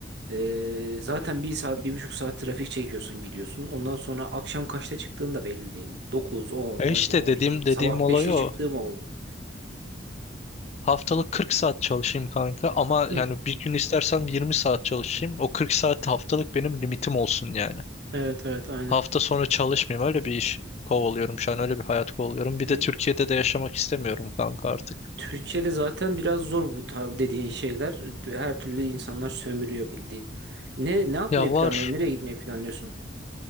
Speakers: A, on the right; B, on the left.
A: Ee, zaten bir saat, bir buçuk saat trafik çekiyorsun gidiyorsun. Ondan sonra akşam kaçta çıktığın da belli değil. Dokuz, on,
B: E
A: on
B: işte
A: bir, on
B: dediğim
A: iki. Sabah
B: dediğim olay
A: beşte çıktığım
B: o.
A: oldu.
B: Haftalık 40 saat çalışayım kanka ama
A: Hı,
B: yani bir gün istersem 20 saat çalışayım. O 40 saat haftalık benim limitim olsun yani.
A: evet evet aynen.
B: Hafta sonu çalışmayayım öyle bir iş kovalıyorum şu an öyle bir hayat kovalıyorum. Bir
A: E,
B: de Türkiye'de de yaşamak istemiyorum kanka artık.
A: Türkiye'de zaten biraz zor bu tar- dediğin şeyler. Her türlü insanlar sömürüyor bildiğin. Ne ne yapmayı
B: Ya var
A: planlıyorsun? Nereye gitmeyi planlıyorsun?